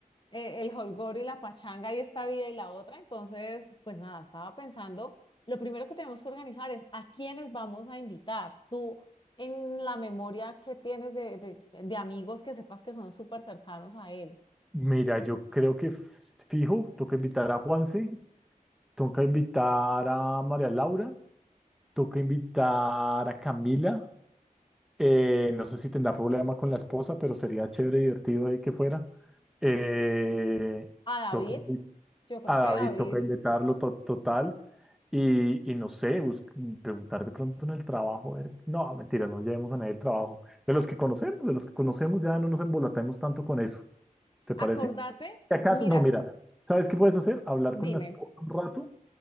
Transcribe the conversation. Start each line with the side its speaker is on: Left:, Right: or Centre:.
Left: eh, el holgorio y la pachanga y esta vida y la otra. Entonces, pues nada, estaba pensando, lo primero que tenemos que organizar es a quiénes vamos a invitar. Tú, en la memoria que tienes de, de, de amigos que sepas que son súper cercanos a él.
Centre: Mira, yo creo que fijo, toca invitar a Juanse, toca invitar a María Laura. Toca invitar a Camila. eh, no sé si tendrá problema con la esposa, pero sería chévere y divertido ahí que fuera. Eh,
Left: A David,
Centre: toca invi-
Left: yo creo
Centre: a
Left: que
Centre: David,
Left: David,
Centre: toca invitarlo to- total. Y, y no sé, bus- preguntar de pronto en el trabajo. a ver- No, mentira, no llevemos a nadie el trabajo. De los que conocemos, de los que conocemos, ya no nos embolatemos tanto con eso. ¿Te parece?
Left: acordate,
Centre: ¿Y acaso?
Left: mira,
Centre: No, mira, ¿sabes qué puedes hacer? Hablar
Left: dime,
Centre: con la esposa un rato